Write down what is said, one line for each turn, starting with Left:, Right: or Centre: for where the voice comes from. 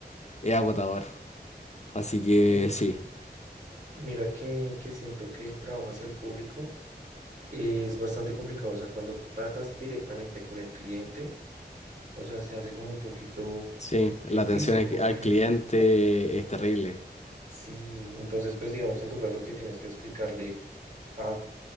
Left: es agotador. Así que
Right: que
Left: sí,
Right: mira que, que siento que el trabajo hacia el público es bastante complicado. O sea, cuando tratas directamente con el cliente, o sea, se hace como un poquito
Left: sí, la
Right: Difícil
Left: atención al
Right: porque
Left: al cliente es terrible.
Right: sí, entonces pues digamos en tu caso que tienes que explicarle a